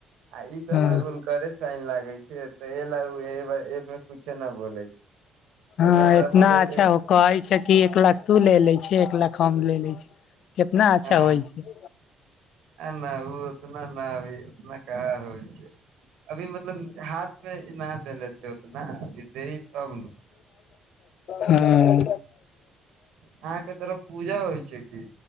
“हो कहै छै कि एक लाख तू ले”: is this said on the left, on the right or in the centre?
Left